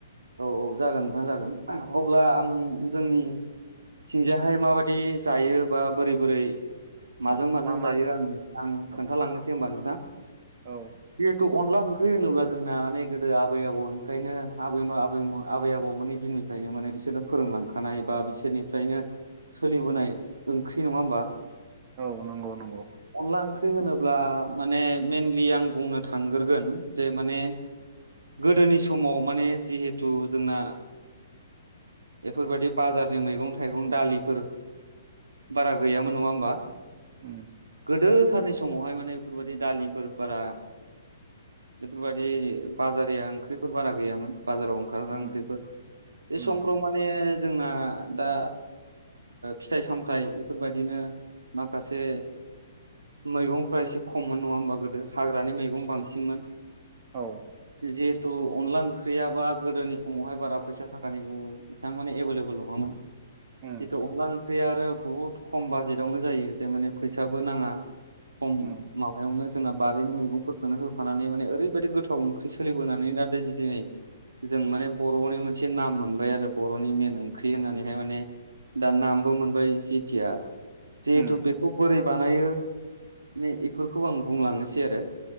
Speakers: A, on the right; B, on the right.
A: औ - औ जागोन नोंथां जागोन अब्ला आं जोंनि थिंजायाहाय माबायदि जायो बा बोरै बोरै माजों
B: औ
A: माजों
B: मा
A: जायो आं आं
B: औ
A: खोन्थालांनोसै होमबा नोंथां
B: औ
A: जिहेथु अनला ओंख्रि होनोब्ला जोंना गोदो आबै आबौनिफ्रायनो आबै <unintelligible> आबै आबौमोननि दिननिफ्रायनो माने बिसोरनो फोरोंलांखानाय बा बिसोरनिफ्रायनो सोलिबोनाय ओंख्रि नंङा होमबा
B: औ नंगौ नंगौ
A: अनला ओंख्रि होनोब्ला माने मेनलि आं बुंनो थांग्रोगोन जे माने गोदोनि समाव माने जिहेथु जोंना बेफोरबायदि बाजारनि मैगं थाइगं दालिफोर बारा गैयामोन नंङा होमबा
B: उम
A: गोदो सारनि समावहाय माने बेफोरबायाददि दालिफोरफोरा बेफोरबायदि बाजारया ओंख्रिफोर बारा गैयामोन बाजाराव ओंखारनानै
B: उम
A: बेफोर बे
B: उम
A: समफ्राव माने जोंना दा फिथाइ सामथाइ बेफोरबायदिनो माखासे मैगंफ्रा एसे खममोन नंङा होमबा गोदो हाग्रानि मैगं बांसिनमोन
B: औ
A: जेथु अनला ओंख्रि गैयाबा गोदोनि समावहाय बारा फैसा थाखानि बिथांबां माने एभेलेबल नंङामोन
B: उम
A: जेथु अनलान ओंख्रि आरो बहुद खम बाजेटावनो जायो थारमाने फैसाबो नांङा खम
B: उम
A: माबायावनो जोंना बारिनि मैगंफोरखोनो होफानानै माने ओरैबायदि गोथाव ओंख्रि सोलिबोनानै दा दोनै दिनै जों माने बर'नि मोनसे नाम मोनबाय आरो बर'नि मेन ओंख्रि होननानैहाय माने दा नामबो मोनबाय जेथिया जिहेथु
B: उम
A: बेखौ बोरै बानायो बिनो इफोरखौ आं बुंलांनोसै आरो